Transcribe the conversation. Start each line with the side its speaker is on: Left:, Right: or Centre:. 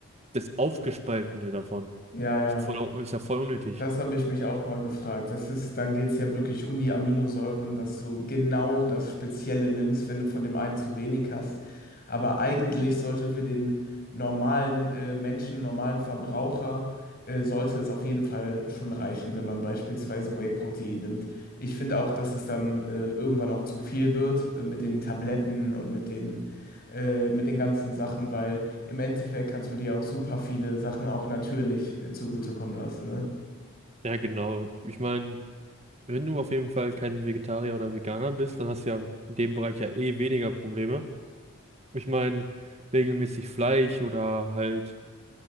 Right: das Aufgespaltene davon?
Left: ja, ja.
Right: Ist ja voll, ist ja voll unnötig.
Left: Das habe ich mich auch mal gefragt. Das ist, dann geht es ja wirklich um die Aminosäuren, dass du genau das Spezielle nimmst, wenn du von dem einen zu wenig hast. Aber eigentlich sollte für den normalen äh, Menschen, normalen Verbraucher, äh, sollte es auf jeden Fall schon reichen, wenn man beispielsweise Whey-Protein nimmt. Ich finde auch, dass es dann äh, irgendwann auch zu viel wird äh, mit den Tabletten und mit den, äh, mit den ganzen Sachen, weil im Endeffekt kannst du dir auch super viele Sachen auch natürlich äh, zugutekommen lassen, ne?
Right: Ja, genau. Ich meine, wenn du auf jeden Fall kein Vegetarier oder Veganer bist, dann hast du ja in dem Bereich ja eh weniger Probleme. Ich meine, regelmäßig Fleisch oder halt.